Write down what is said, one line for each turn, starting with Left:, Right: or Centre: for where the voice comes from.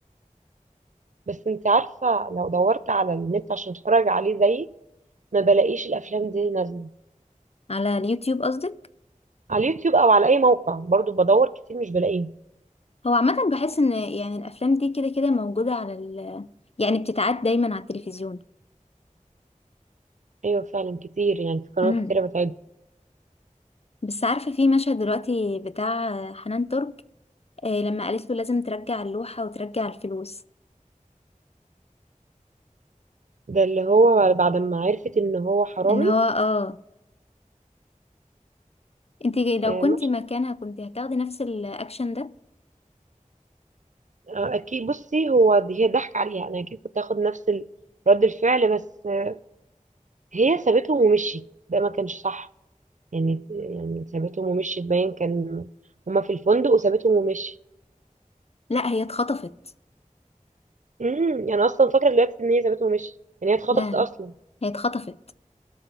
Right: بس انت عارفة لو دورت على النت عشان اتفرج عليه زيي ما بلاقيش الافلام دي نازلة
Left: على اليوتيوب قصدك
Right: على اليوتيوب او على اي موقع برضو بدور كتير مش بلاقيهم
Left: هو عامة بحس ان يعني الافلام دي كده كده موجودة على ال يعني بتتعاد دايما على التلفزيون
Right: ايوه فعلا كتير يعني في قنوات
Left: مم.
Right: كتيرة بتعد
Left: بس عارفة في مشهد دلوقتي بتاع حنان ترك آه، لما قالت له لازم ترجع اللوحة وترجع الفلوس
Right: ده اللي هو بعد ما عرفت ان هو حرامي
Left: ان هو اه انت لو
Right: آه،
Left: كنت مكانها كنت هتاخدي نفس الاكشن ده
Right: آه، اكيد بصي هو هي ضحك عليها انا اكيد كنت هاخد نفس ال- رد الفعل بس آه، هي سابتهم ومشيت ده ما كانش صح يعني يعني سابتهم ومشيت باين كان هما في الفندق وسابتهم ومشيت
Left: لا هي اتخطفت
Right: امم انا اصلا فاكره دلوقتي ان هي سابتهم ومشيت يعني هي اتخطفت
Left: لا لا
Right: اصلا
Left: هي اتخطفت